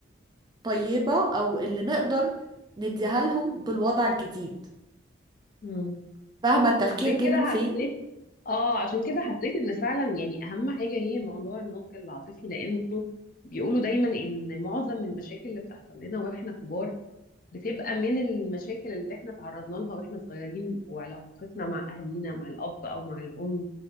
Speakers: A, on the right; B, on the left.
A: الطيبة أو اللي نقدر نديها لهم بالوضع الجديد
B: مم.
A: فاهمة التفكير
B: عشان
A: جه
B: كده
A: من فين؟
B: حسيت اه عشان كده حسيت ان فعلا يعني اهم حاجه هي موضوع النضج العاطفي لانه بيقولوا دايما ان معظم المشاكل اللي بتحصل لنا واحنا كبار بتبقى من المشاكل اللي احنا تعرضنا لها واحنا صغيرين وعلاقتنا مع اهالينا مع الاب او مع الام